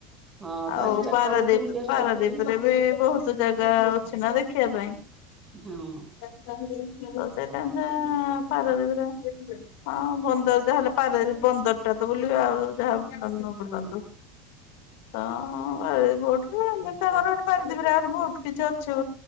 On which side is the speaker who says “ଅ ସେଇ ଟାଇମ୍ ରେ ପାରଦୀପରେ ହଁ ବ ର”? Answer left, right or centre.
Left